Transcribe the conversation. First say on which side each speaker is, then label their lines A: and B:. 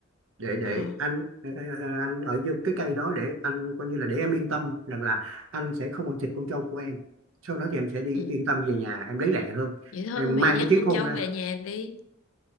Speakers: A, on the right; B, on the left.
A: để để
B: ờ
A: anh ờ, ờ, ờ, anh ở dưới cái cây đó để anh coi như là để em yên tâm rằng là anh sẽ không ăn thịt con trâu của em sau đó thì em sẽ đi
B: ừ
A: yên tâm về nhà em lấy lẹ hơn
B: vậy thôi
A: em
B: mày
A: mang
B: dắt
A: cái chiếc
B: con
A: khôn
B: trâu
A: ra
B: về nhà đi